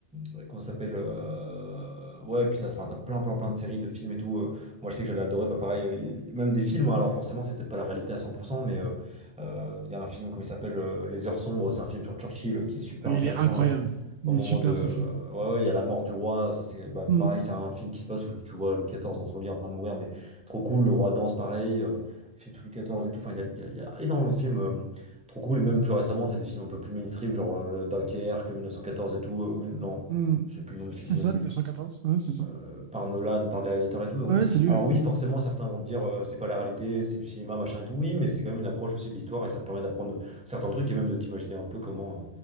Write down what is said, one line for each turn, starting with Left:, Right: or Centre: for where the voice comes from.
Centre: ouais, comment ça s'appelle euh, Ouais, puis t'as, enfin, t'as plein, plein, plein de séries, de films et tout. euh, moi, je sais que j'avais adoré, bah, pareil, euh, y- même des films. hein, alors, forcément, c'est peut-être pas la réalité à 100%, mais euh, euh, il y a un film, comment il s'appelle euh, Les Heures Sombres, c'est un film sur Churchill euh, qui est super
Right: Et
Centre: intéressant.
Right: il est incroyable.
Centre: euh,
Right: Il
Centre: au moment
Right: est super,
Centre: de.
Right: ce film.
Centre: Ouais, ouais, il y a la mort du roi. Ça, c'est bah, pareil,
Right: Hmm.
Centre: c'est un film qui se passe où tu vois Louis XIV dans son lit en train de mourir, mais trop cool. Le roi danse, pareil. euh, film sur Louis XIV et tout. Enfin, il y a, il y a- il y a énormément de films euh, trop cool. Et même plus récemment, tu as des films un peu plus mainstream, genre euh, Dunkerque, 1914 et tout. euh, ou, non,
Right: Mmh.
Centre: je sais plus le nom du
Right: C'est
Centre: film,
Right: ça, 1914. Ouais, c'est ça.
Centre: euh, par Nolan, par des réalisateurs et tout. Donc,
Right: Ouais,
Centre: euh,
Right: c'est lui.
Centre: alors
Right: ouais.
Centre: oui, forcément, certains vont te dire euh, c'est pas la réalité, c'est du cinéma, machin et tout. Oui, mais c'est quand même une approche aussi de l'histoire et ça te permet d'apprendre certains trucs et même de t'imaginer un peu comment, euh,